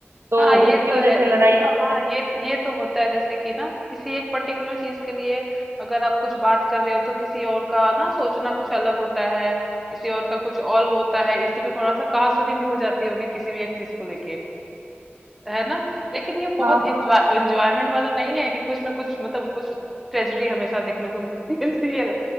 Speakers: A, on the right; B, in the centre.
A: तो
B: हाँ ये
A: उसकी
B: तो
A: वजह
B: है
A: से
B: ये-
A: लड़ाइयाँ हो
B: हाँ
A: जाती
B: ये ये तो होता है जैसे कि ना किसी एक पर्टिकुलर चीज के लिए अगर आप कुछ बात कर रहे हो तो किसी और का ना सोचना कुछ अलग होता है किसी और का कुछ और होता है इसी में थोड़ा सा कहासुनी भी हो जाती होगी किसी भी एक चीज को लेके है ना लेकिन ये बहुत
A: हैं हाँ
B: एंजॉय
A: हाँ
B: एंजॉयमेंट वाला नहीं है कि कुछ ना कुछ मतलब कुछ ट्रेजेडी हमेशा देखने को <laughs> मिलती है